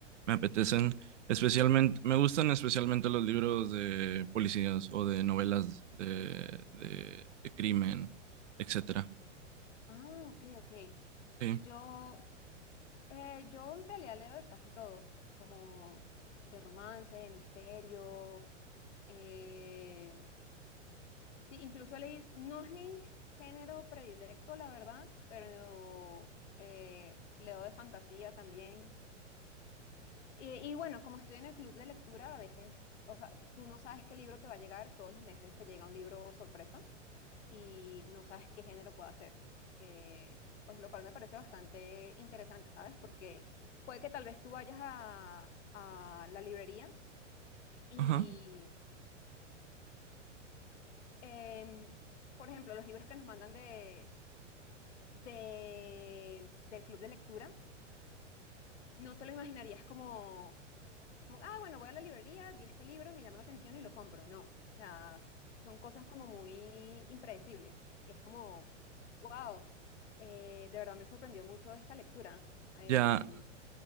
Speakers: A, on the right; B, on the left.
A: me apetecen. Especialmente, me gustan especialmente los libros de policías o de novelas de, de, de crimen, etcétera.
B: Ah, ok, ok.
A: Sí.
B: Yo, eh, yo en realidad leo de casi todo, como de romance, de misterio. eh, sí, incluso leí, no es mi género predilecto, la verdad, pero eh, leo de fantasía también. Y, y bueno, como estoy en el club de lectura, a veces, o sea, tú no sabes qué libro te va a llegar, todos los meses te llega un libro sorpresa y no sabes qué género puede ser. Eh, pues lo cual me parece bastante interesante, ¿sabes? Porque puede que tal vez tú vayas a, a la librería y,
A: Ajá.
B: em, por ejemplo, los libros que nos mandan de, de, del club de lectura, no te lo imaginarías como como, ah, bueno, voy a la librería, vi este libro y me llamó la atención y lo compro. No, o sea, son cosas como muy impredecibles, que es como, wow, eh, de verdad me sorprendió mucho esta lectura. Em,
A: Ya,